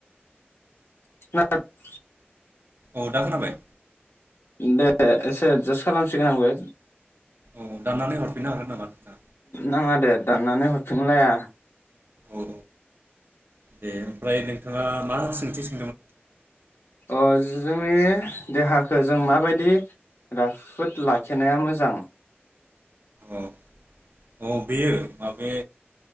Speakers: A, on the left; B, on the right.
A: <unintelligible>
B: औ दा खोनाबाय
A: दे एसे जस खालामसिगोन आंबो
B: औ दाननानै हरफिननो हागोन नामा नोंथां
A: नाङा दे दाननानै हरफिनलाया
B: औ दे ओमफाय नोंथाङा मा सोंथि सों
A: अ जोंनि देहाखौ जों माबायदि राफोद लाखिनाया मोजां
B: अ औ बेयो माबे